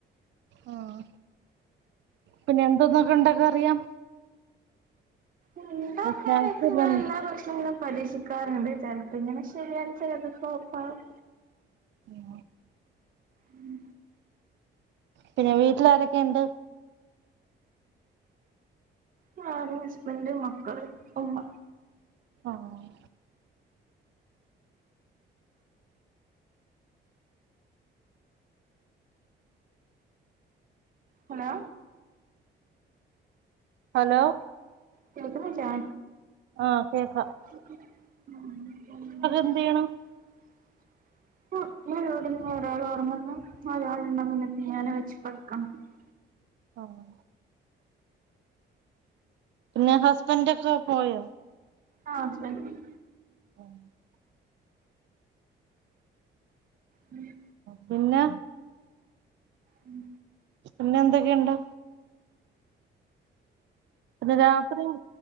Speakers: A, on the right; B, on the right.
A: ആഹ് പിന്നെ എന്തോന്നൊക്ക ഇണ്ടാക്ക അറിയാം
B: ഉണ്ടാക്കാൻ
A: സ്നാക്സ്
B: ആയിട്ട്
A: എല്ലാം
B: ഞാൻ
A: ഉണ്ട്.
B: എല്ലാ ഭക്ഷണങ്ങളും പരീക്ഷിക്കാറ്ണ്ട് ചെല്ത് ഇങ്ങനൊ ശരിയാവും ചേലത് ഫ്ലോപ്പ് ആകും
A: ഉം
B: ഉം
A: പിന്നെ വീട്ടിലാ ആരൊക്കെ ഇണ്ട്
B: ഞാനും ഹസ്ബന്റ മക്കള് ഉമ്മ
A: ആഹ്
B: ഹലോ
A: ഹലോ
B: കേക്ക്ന്നില്ലെ
A: ആഹ് കേക്ക
B: ഉം
A: എന്ത് ചെയ്യണു
B: ഉം <unintelligible>
A: ആഹ് പിന്നെ ഹസ്ബൻഡഒക്കെ പോയോ
B: ആഹ് ഹസ്ബൻഡ് പോയി
A: <unintelligible>
B: മ്മ്
A: പിന്ന
B: ഉം
A: പിന്നെ എന്തൊക്കെയുണ്ട് പിന്നെ രാത്രിയും